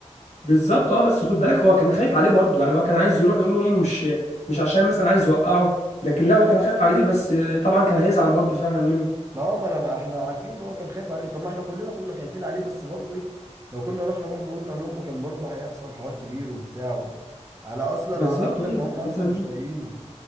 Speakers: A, on the left; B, on the right.
A: بالظبط اه بس خد بالك هو كان خايف عليه برضه يعني هو كان عايز يروح يقول لامه مش مش عشان مثلا عايز يوقعه لكن لا هو كان خايف عليه بس طبعا كان هيزعل برضه فعلا منه
B: اه ما انا ما احنا عارفين ان هو كان خايف عليه طب ما احنا كلنا كنا خايفين عليه بس برضه ايه لو كنا رحنا برضه قلنا لامه كان برضه هيحصل حوار كبير وبتاع و... على اصلا
A: بالظبط
B: على اكتر
A: ايوه
B: ما هم
A: كان
B: اصلا
A: هيزعل
B: مش
A: منه
B: طايقينه